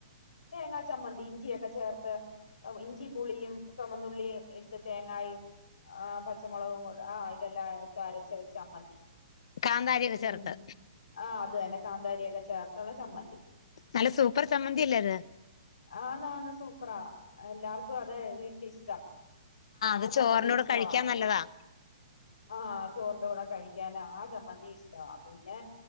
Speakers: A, on the left; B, on the left.
A: തേങ്ങാ ചമ്മന്തി ഇഞ്ചിയൊക്കെ ചേർത്ത് ഇഞ്ചിയും പുളിയും ചുമന്നുള്ളി ഇട്ട് തേങ്ങായും ആ പച്ചമുളകും കൂടെ ആ ഇതെല്ലാ ട്ടരച്ച ഒരു ചമ്മന്തി
B: കാന്താരിയൊക്കെ ചേർത്ത്
A: ഉം ആഹ് അത് കാന്താരിയൊക്കെ ചേർത്ത്ള്ള ചമ്മന്തി
B: നല്ല സൂപ്പർ ചമ്മന്തി അല്ലെ അത്
A: ആന്ന് ആന്ന് സൂപ്പറാ എല്ലാർക്കും അതെ വീട്ടില് ഇഷ്ടാ ആ
B: അത്
A: ചമ്മന്തി
B: ചോറിനോട്
A: ഇഷ്ടവ
B: കഴിക്കാൻ നല്ലതാ
A: ആ ത്തിന്റുടെ കഴിക്കാൻ ആ ചമ്മന്തി ഇഷ്ടാ പിന്നെ